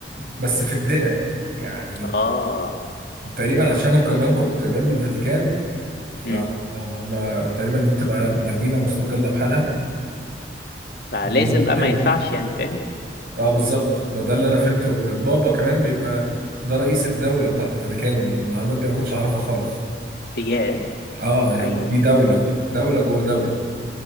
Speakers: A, on the right; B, on the left.
A: بس في الدرة يعني
B: اه
A: تقريبا عشان
B: قلت
A: انا كمان
B: لي.
A: كنت جنب الفاتيكان فهم
B: امم
A: تقريبا دي بتبقى مدينة مستقلة بحالها
B: ما
A: ده
B: لازم
A: اللي انا
B: بقى
A: فهمته
B: ما ينفعش يعني فاهم
A: اه بالظبط
B: مم.
A: فده اللي انا فهمته ان البابا كمان بيبقى ده رئيس الدولة بتاعت الفاتيكان المعلومات دي ما كنتش اعرفها خالص
B: ياه
A: اه
B: حقيقي
A: يعني دي دولة دولة جوه دولة